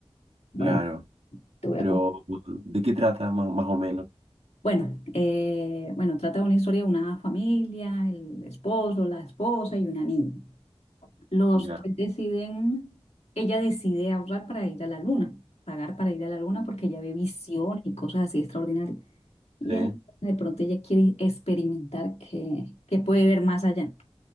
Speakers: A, on the left; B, on the right.
A: Bueno,
B: Claro.
A: te voy
B: Pero,
A: a comentar.
B: ¿de qué trata más, más o menos?
A: Bueno, eh, bueno, trata de una historia de una familia, el esposo, la esposa y una niña. Los
B: Ya.
A: tres deciden, ella decide ahorrar para ir a la luna, pagar para ir a la luna porque ella ve visiones y cosas así extraordinarias. Y
B: Sí.
A: en la luna de pronto ella quiere experimentar que, que puede ver más allá.